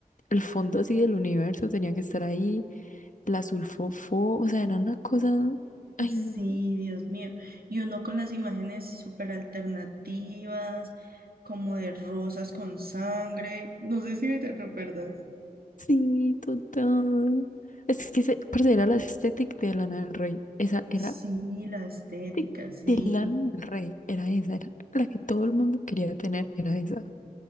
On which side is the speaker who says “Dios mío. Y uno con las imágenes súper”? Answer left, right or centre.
Right